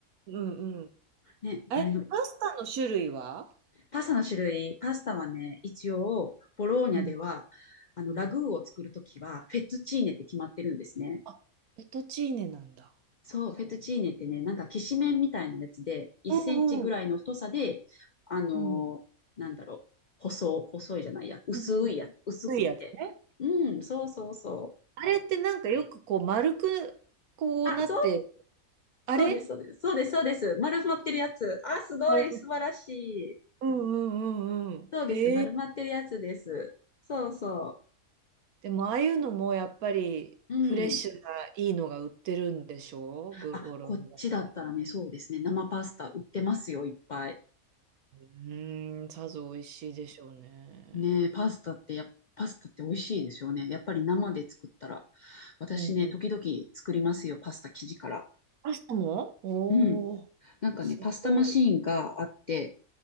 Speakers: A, on the right; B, on the left.
A: うんうん。
B: ね、
A: え、
B: あれの
A: パスタの種類は
B: パスタの種類、パスタはね、一応、ボローニャでは、
A: うん
B: あの、
A: うん。
B: ラグーを作るときは、フェットチーネって決まってるんですね。
A: あ、ペトチーネなんだ。
B: そう、
A: ほ
B: フェットチーネってね、なんか、きしめんみたいなやつで、1センチぐらいの太さで、
A: うんうんう。
B: あのーなんだろう、
A: うん。
B: 細、細いじゃないや、薄いや、
A: うん
B: 薄くって。
A: 薄いやつね。
B: うん、そうそうそう。
A: あれってなんかよくこう丸くこうなって、
B: あ、そう、そうです、
A: あれ
B: そうです、そうです、そうです。丸まってるやつ。あ、すごい、
A: あれ、
B: 素晴らしい。
A: うんうんうんうん。
B: そうです、
A: へえ。
B: 丸まってるやつです。そうそ
A: でもああいうのもやっぱりフレッシュないいのが売ってるんでしょブローロンだったら。
B: う。うん。あ、こっちだったらね、そうですね。生パスタ売ってますよ、いっぱい。
A: うーん、さぞ美味しいでしょうね。
B: ねえ、パスタってや、パスタって美味しいですよね。やっぱり生で作ったら。私ね、
A: うんうん。
B: 時々作りますよ、パスタ生地から。
A: パスタもおおー、
B: うん。なんかね、
A: すごい。
B: パスタマシーンがあって、